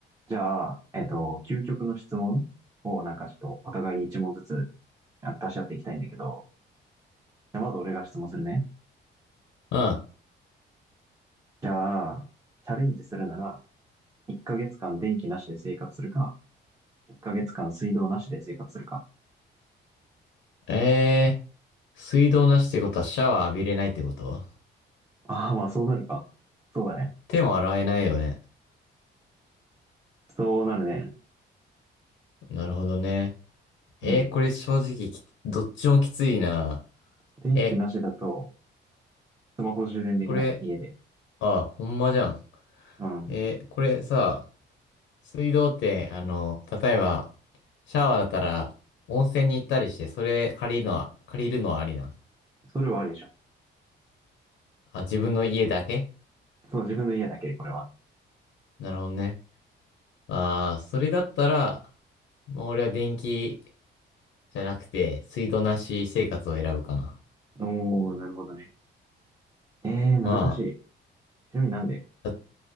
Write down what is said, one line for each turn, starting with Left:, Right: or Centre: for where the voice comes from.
Right: じゃあ、えっと、究極の質問をなんかちょっとお互いに一問ずつあの出し合っていきたいんだけど、じゃあまず俺が質問するね。
Left: うん。
Right: じゃあ、チャレンジするなら、1ヶ月間電気なしで生活するか、1ヶ月間水道なしで生活するか。
Left: えー、水道なしってことはシャワー浴びれないってこと
Right: ああ、まあそうなるか。そうだね。
Left: 手も洗えないよね。
Right: そうなるね。
Left: なるほどね。えー、
Right: うん。
Left: これ正直き、どっちもきついな。
Right: 電気なしだと、
Left: え、
Right: スマホ充電できない家で。
Left: これ、あ、ほんまじゃん。
Right: うん。
Left: えー、これさ、水道って、あの、例えば、シャワーだったら、温泉に行ったりして、それ借りるのは、借りるのはありなん。
Right: それはありでしょ。
Left: あ、自分の家だけ
Right: そう、自分の家だけ、これは。
Left: なるほどね。ああ、それだったら、まあ、俺は電気じゃなくて、水道なし生活を選ぶかな。
Right: おー、なるほどね。えー、難しい。
Left: ま
Right: ちなみになんで
Left: あ、だ